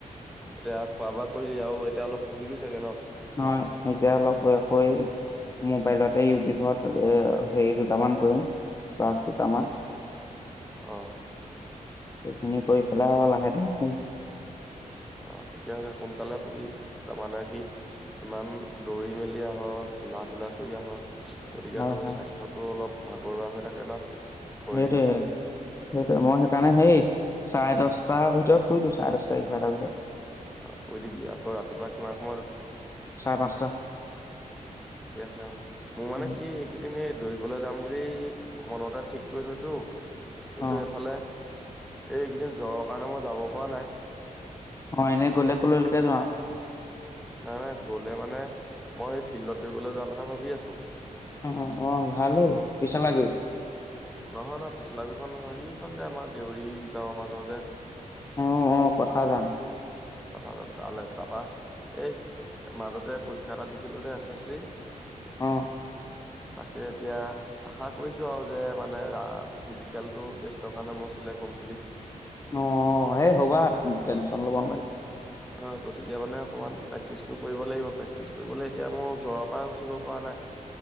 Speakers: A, in the centre; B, on the left.
A: এতিয়া খোৱা বোৱা কৰিলি আৰু এতিয়া অলপ পঢ়িবি চাগে ন?
B: হয় এতিয়া অলপ আকৈ মোবাইলতে ইউটিউবত এ হেৰি দুটামান কৰিম দুটামান
A: অ অ
B: সেইখিনি কৰি পেলাই আৰু লাহেকে শুম।
A: অ ঠিকে আছে সোনকালে শুবি তাৰমানে কি ইমান- দৌৰি মেলি আহ, খেলা ধূলা কৰি আহ গতিকেতো
B: হয় হয়
A: স্বাস্থ্যতো অলপ ভাগৰুৱা হৈ থাকে ন। শৰীৰটো
B: সেইটোয়ে সেইটোৱে মই সেইকাৰণে সেই চাৰে দচটাৰ ভিতৰত শুই দিও চাৰে দহটা এঘাৰটাৰ ভিতৰত।
A: আহ শুই দিবি আকৌ ৰাতিপুৱা কিমান সময়ত উঠ।
B: চাৰে পাঁচটা
A: ঠিকে আছে অ, মোৰ মানে
B: উম,
A: কি এইকেইদিন দৌৰিবলৈ যাম বুলি মনতে ঠিক কৰি থৈছো, কিন্তু
B: অ
A: এফালে এই এইকেইদিন জ্বৰৰ কাৰণে মই যাব পৰা নাই।
B: অ এনেই গলে কলৈলৈকে যোৱা?
A: নাই নাই গ'লে মানে মই সেই ফিল্ডত দৌৰিবলৈ যোৱাৰ কথা ভাবি আছো।
B: অ অ ভালেই
A: তোৰ
B: পইচা লাগে।
A: নহয় নহয় পিছলা বিখন নহয় এইখন যে আমাৰ দেউৰী গাঁৱৰ মাজৰ যে।
B: উম উম কথা যান
A: কথা জান তালে তাৰপৰা এই মাজতে পৰীক্ষা এটা দিছিলো যে এছ এছ চি
B: অ
A: তাক এতিয়া আশা কৰিছো আৰু যে মানে ৰা ফিজিকেলটো ৰে কাৰণে মই চিলেক্ট হম বুলি।
B: অ', সেই হ'বা টেনচন ল'ব নালাগে।
A: অ গতিকে মানে অকমান প্ৰেক্টিচটো কৰিব লাগিব প্ৰেক্টিচ কৰিবলৈ এতিয়া মোৰ জ্বৰৰ পৰাই উঠিব পৰা নাই।